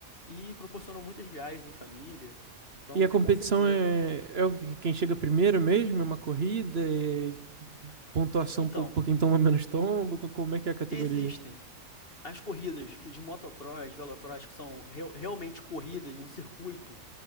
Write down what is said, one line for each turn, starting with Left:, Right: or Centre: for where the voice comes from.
Left: e proporcionou muitas viagens em família. Então,
Right: E a competição
Left: com certeza.
Right: é, é o que- quem chega primeiro mesmo? É uma corrida? É pontuação
Left: Então,
Right: por, por quem toma menos tombo? Co- Como é que é a categoria?
Left: existem as corridas que de motocross, velocross, que são reu- realmente corridas no circuito,